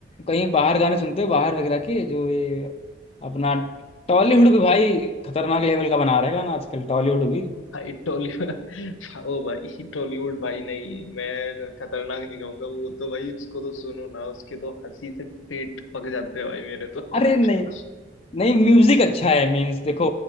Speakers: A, on the left; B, on the left.
A: कहीं बाहर गाने सुनते हो बाहर वगैरह के जो ये अपना टॉलीवुड भी भाई खतरनाक लेवल का बना रहेगा ना आजकल टॉलीवुड भी
B: भाई टॉलीवुड <laughs> ओ भाई टॉलीवुड भाई नहीं मैं खतरनाक नहीं कहूंगा वो तो भाई उसको तो सुनो ना उसके तो हंसी से पेट पक जाते हैं भाई मेरे तो
A: अरे नहीं
B: <laughs>
A: नहीं म्यूजिक अच्छा है मीन्स देखो